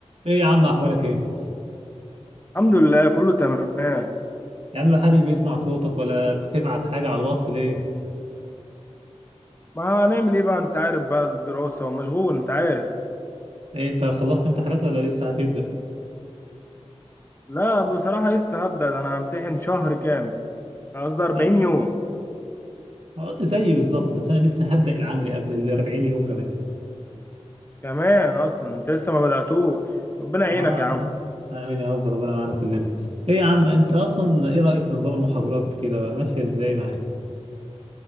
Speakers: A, on the right (about 60°); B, on the left (about 20°).
A: ايه يا عم احوالك ايه
B: الحمد لله كله تمام
A: يا عم محدش بيسمع صوتك ولا بتبعت حاجه على الواتس ليه
B: ما هنعمل ايه بقى انت عارف بقى الدراسة ومشغول انت عارف
A: ايه انت خلصت امتحانات ولا لسه هتبدا
B: لا بصراحة لسه هبدأ ده انا همتحن شهر كامل قصدي 40
A: يعني
B: يوم
A: آه، زيي بالظبط بس انا لسه هبدا العملي قبل ال 40 يوم كمان
B: كمان اصلا انت لسه ما بدأتوش ربنا يعينك
A: آه،
B: يا
A: الله
B: عم
A: امين يا رب ربنا معانا كلنا ايه يا عم انت اصلا ايه رايك في نظام المحاضرات كده ماشيه ازاي معاك